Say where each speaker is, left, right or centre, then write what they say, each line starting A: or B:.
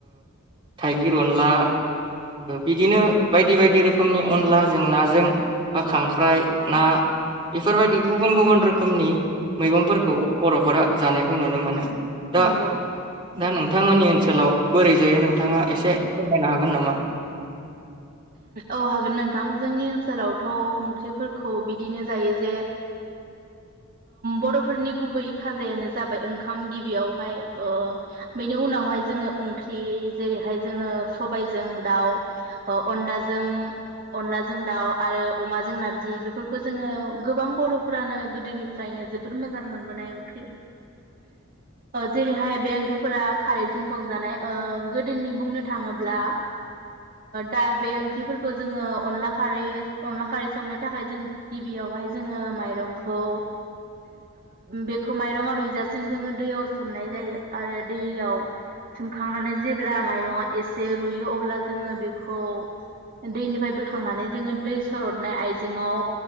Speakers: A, on the right; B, on the right.
A: थाइगिर अनला बिदिनो बायदि बायदि रोखोमनि अनला जों नाजों बा खांख्राइ ना बेफोरबायदि गुबुन गुबुन रोखोमनि मैगंफोरखौ बर'फोरा जानायखौ नुनो मोनो दा
B: नंगौ
A: दा नोंथांमोननि ओनसो लाव बोरै जायो नोंथाङा एसे फोरमायनो हागोन नामा?
B: औ हागोन नोंथां जोंनि ओनसोलावथ ओंख्रिफोरखौ बिदिनो जायो जे बर'फोरनि गुबै खाजायानो जाबाय ओंखाम गिबियावहाय बेनि उनावहाय जोङो ओंख्रि जेरैहाय जोङो सबायजों दाउ अनलाजों अनलाजों दाउ आरो अमाजों नारजि बेफोरखौ जोङो गोबां बरफोरानो गोदोनि फ्रायनो जोबोद मोजां मोनबोनाय ओंख्रि जेरैहाय बे ओंख्रिफोरा खारैजों संजानाय ओ गोदोनि बुंनो थाङोब्ला दा बे ओंख्रिफोरखौ जोङो अनला खारै अनला खारै संनो थाखाय जों गिबियावहाय जोङो माइरंखौ बेखौ माइरङा रुइजासिम जोङो दैयाव सोमनाय जायो आरो दैयाव सोमखांनानै जेब्ला माइरङा एसे रुइयो अब्ला जोङो बेखौ दैनिफ्राय बोखांनानै जोङो दै सरदनाय आइजेंआव